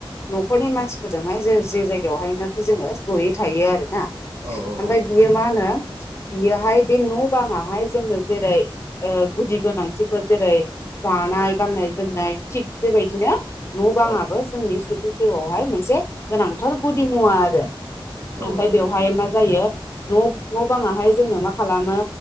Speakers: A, on the left; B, on the right.
A: न'खरनि मानसिफोरजोंहाय जे जे जायगायावहायनोखि जोङो जयै थायो आरो ना।
B: औ औ
A: ओमफाय
B: औ
A: बियो मा होनो बियोहाय बे न' बाङाहाय जोंनो जेरै ओ गुदि गोनांथिफोर जेरै जानाय गाननाय जोमनाय थिग बेबायदिनो न' बाङाबो
B: औ
A: जोंनि सुबुं जिउआवहाय मोनसे गोनांथार गुदि मुवा आरो
B: औ
A: ओमफ्राय
B: औ
A: बेवहाय
B: नंगौ
A: मा जायो न' न' बाङाहाय जोंनो मा खालामो